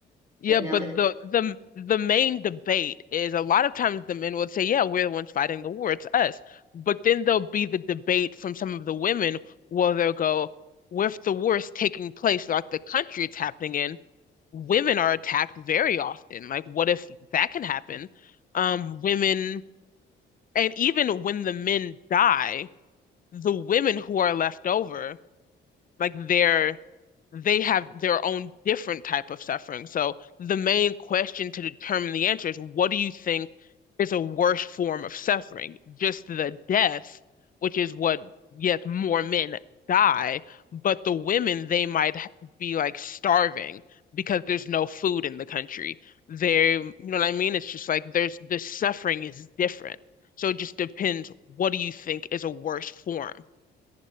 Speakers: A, on the left (about 45°); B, on the right (about 20°).
A: Yeah,
B: but now
A: but
B: that
A: the the the main debate is a lot of times the men would say, "Yeah, we're the ones fighting the war, it's us." But then there'll be the debate from some of the women where they'll go, "Well, "If the war is taking place, like the country it's happening in, women are attacked very often. Like, what if that can happen?" Um, women And even when the men die, the women who are left over, like they're they have their own different type of suffering. So the main question to determine the answer is what do you think is a worse form of suffering? Just the death, which is what, yes, more men die, but the women, they might h- be like starving because there's no food in the country. They, you know what I mean? It's just like there's the suffering is different. So it just depends what do you think is a worse form?